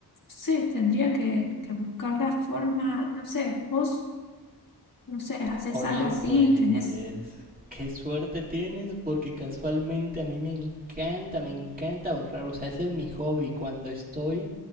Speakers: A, on the left; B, on the right.
A: sé, tendría que, que buscar la forma, no sé, vos, no sé, haces
B: Oye,
A: algo así,
B: pues
A: tenés,
B: qué suerte tienes porque casualmente a mí me encanta, me encanta ahorrar. O sea, ese es mi hobby. Cuando estoy